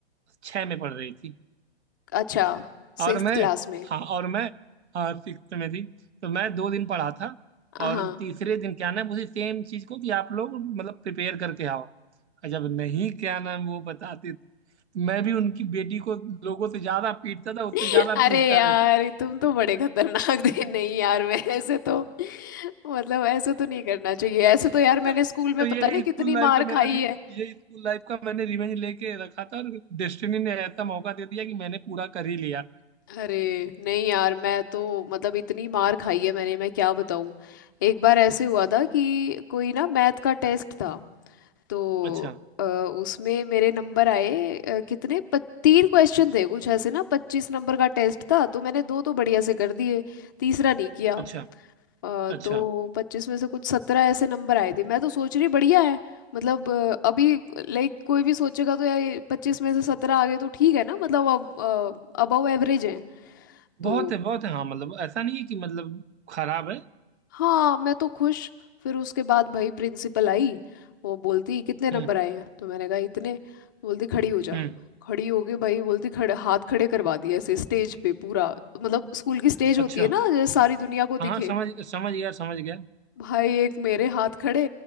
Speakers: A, on the right; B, on the left.
A: छः में पढ़ रही थी
B: अच्छा सिक्स्थ
A: और मैं
B: क्लास में
A: हाँ और मैं हाँ सिक्स में थी तो मैं दो दिन पढ़ा था
B: हाँ
A: और तीसरे दिन क्या नाम उसी सेम चीज को कि आप लोग मतलब प्रिपेयर करके आओ और जब नहीं क्या नाम वो बताते थे तो मैं भी उनकी बेटी को लोगों से ज्यादा पीटता था उससे
B: <laughs>
A: ज्यादा
B: अरे
A: पूछता
B: यार
A: भी था
B: तुम तो बड़े खतरनाक थे नहीं यार मैं ऐसे तो मतलब ऐसे तो नहीं करना चाहिए ऐसे तो यार मैंने
A: तो,
B: स्कूल में
A: तो
B: पता
A: ये
B: नहीं कितनी
A: स्कूल लाइफ
B: मार
A: का मेरा
B: खाई
A: रि-
B: है
A: ये स्कूल लाइफ का मैंने रिवेंज लेके रखा था और डेस्टिनी ने ऐसा मौका दे दिया कि मैंने पूरा कर ही लिया
B: अरे नहीं यार मैं तो मतलब इतनी मार खाई है मैंने मैं क्या बताऊं एक बार ऐसे हुआ था कि कोई ना मैथ का टेस्ट था तो
A: अच्छा
B: अ, उसमें मेरे नंबर आए अ, कितने प, तीन क्वेश्चन थे कुछ ऐसे ना पच्चीस नंबर का टेस्ट था तो मैंने दो तो बढ़िया से कर दिए तीसरा नहीं किया
A: अच्छा
B: अ,
A: अच्छा
B: तो पच्चीस में से कुछ सत्रह ऐसे नंबर आए थे मैं तो सोच रही बढ़िया है मतलब अ, अभी लाइक कोई भी सोचेगा तो यार पच्चीस में से सत्रह आ गए तो ठीक है ना मतलब अब अबव एवरेज है
A: बहुत
B: तो
A: है बहुत है हाँ मतलब ऐसा नहीं है कि मतलब खराब है
B: हाँ मैं तो खुश फिर उसके बाद भाई प्रिंसिपल आई वो बोलती कितने नंबर
A: हम्म
B: आए हैं तो मैंने कहा इतने तो बोलती खड़ी हो जा
A: हम्म
B: खड़ी हो गई भाई बोलती खड़े हाथ खड़े करवा दिए ऐसे स्टेज पे पूरा मतलब स्कूल की स्टेज होती
A: अच्छा
B: है ना जैसे सारी दुनिया को
A: हाँ
B: दिखे
A: समझ समझ गया समझ गया
B: भाई एक मेरे हाथ खड़े